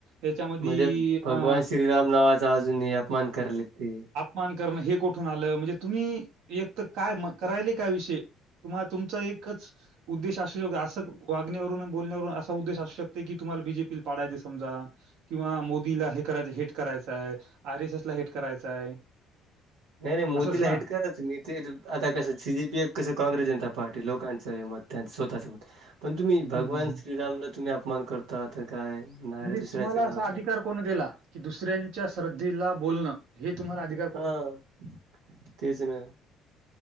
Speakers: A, on the right; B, on the right.
A: याच्यामध्ये
B: म्हणजे भगवान
A: अ
B: श्रीराम नावाचा अजूनही अपमान करालेत ते.
A: मान करणं हे कुठून आलं, म्हणजे तुम्ही एक तर काय मग. करायले काय विषय, तुम्हा तुमचा एकच. उद्देश असू शकतो असं वागण्यावरून, बोलण्यावरून असा उद्देश असू शकते की, तुम्हाला बीजेपी ला पाडायच आहे समजा. किंवा मोदीला हे करायचं हेट करायचं आहे, आर एस एस ला हेट करायचं आहे.
B: नाही नाही मोदीला
A: असंच ना?
B: हेट करत. ते आता कसं सी जीपी कसं काँग्रेस जनता पार्टी लोकांचं म त्यांनच स्वतःचं मत. पण तुम्ही
A: हं,
B: भगवान
A: हं, हं.
B: श्रीरामला तुम्ही अपमान करता ते काय? नारे
A: म्हणजे
B: दुसऱ्याचे
A: तुम्हाला
B: लावता.
A: असा अधिकार कोण दिला की, दुसऱ्यांच्या श्रद्धेला बोलणं हे तुम्हाला अधिक
B: हो, तेच ना.